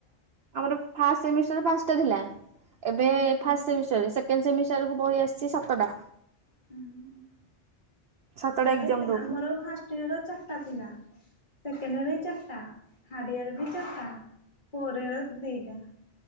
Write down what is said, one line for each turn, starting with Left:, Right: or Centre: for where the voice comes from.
Right: ଆମର ଫାଷ୍ଟ ସେମିଷ୍ଟର ପାଞ୍ଚଟା ଥିଲା ଏବେ
Left: ହୁଁ
Right: ଫାଷ୍ ସେ ସେକେଣ୍ଡ ସେମିଷ୍ଟାର କୁ ବହି ଆସିଛି ସାତଟା।
Left: ହୁଁ।
Right: ସାତଟା
Left: ତମ
Right: ଏକ୍ଜାମ
Left: ଏତେ,
Right: ଦବୁ
Left: ଆମର ଫାଷ୍ଟ ଇୟର ଚାରଟା ଥିଲା। ସେକେଣ୍ଡ ଇୟର ବି ଚାରଟା ଥାର୍ଡ଼ ଇୟର ବି ଚାରଟା ଫୋର୍ ଇୟର ଦିଟା।